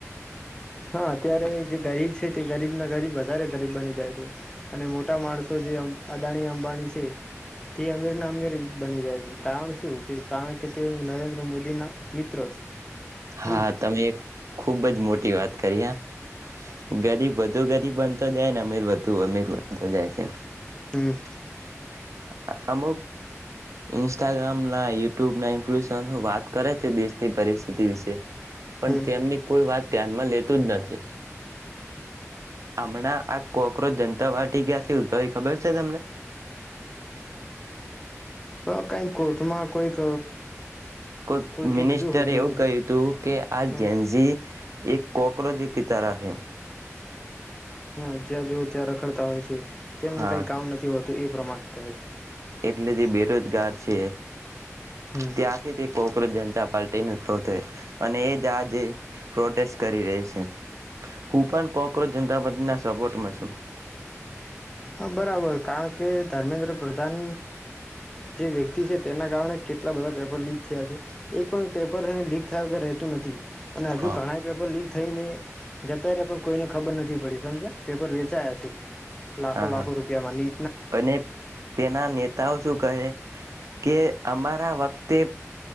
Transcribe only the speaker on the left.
હા અત્યારે જે ગરીબ છે તે ગરીબ ના ગરીબ વધારે બની જાય છે, અને મોટા માણસો જે અદાણી અંબાણી છે, તે અમીર ના અમીર બની જાય છે, કારણ શું કે કારણ કે તે નરેન્દ્ર મોદી ના મિત્ર છે
એજ,
હમ
હમ
હ કઈક કોટમાં કોઈક.
કોઈકે
કીધું હતું
કે
હ
હા જ્યાં જુઓ ત્યાં રખડતા હોય છે. તેમને
કઈ કામ નથી હોત તો એ પ્રમાણે કહે છે.
હમ
હા બરાબર કારણ કે ધર્મેન્દ્ર પ્રધાન જે વ્યક્તિ છે તેના કારણે કેટલા બધા પેપર લીક થયા છે. એક પણ પેપર લીક થયા વગર રહેતું નથી અને
હજુ ઘણાય પેપર લીક થઈને જતા રહ્યા પણ કોઈને ખબર નથી પડી સમજ્યા પેપર વેચાયા છે. લાખો
લાખ રપિયા મની